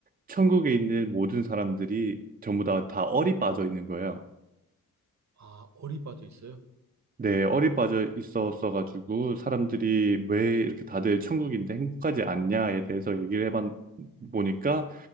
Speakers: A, on the right; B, on the right.
A: 천국에 있는 모든 사람들이 전부 다 다 얼이 빠져 있는 거예요.
B: 아, 어리바도 있어요?
A: 네, 얼이 빠져 있었어가지고 사람들이 왜 이렇게 다들 천국인데 행복하지 않냐에 대해서 얘기를 해봤 보니까